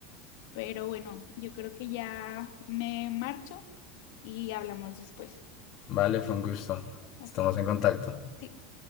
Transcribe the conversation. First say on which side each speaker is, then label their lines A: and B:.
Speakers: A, on the left (about 70°); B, on the left (about 45°).
A: Pero bueno, yo creo que ya me marcho y hablamos después.
B: Vale, fue un gusto.
A: Hasta,
B: Estamos en contacto.
A: sí.